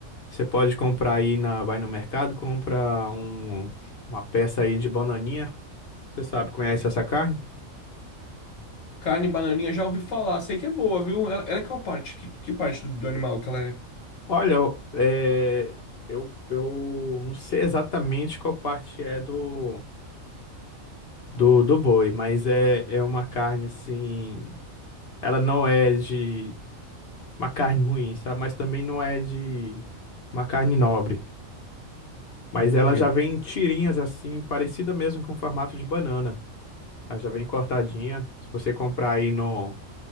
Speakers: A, on the left (about 55°); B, on the left (about 70°).
A: Você pode comprar aí, na, vai no mercado, compra um, uma peça aí de bananinha. Você sabe, conhece essa carne?
B: Carne bananinha, já ouvi falar, sei que é boa, viu? Ela, ela é qual parte? Que, que parte do, do animal que ela é?
A: Olha, eu, é, eu, eu não sei exatamente qual parte é do, do, do boi, mas é, é uma carne assim. Ela não é de uma carne ruim, sabe? Mas também não é de uma carne nobre. Mas
B: Entendi.
A: ela já vem em tirinhas assim, parecida mesmo com o formato de banana. Ela já vem cortadinha. Se você comprar aí no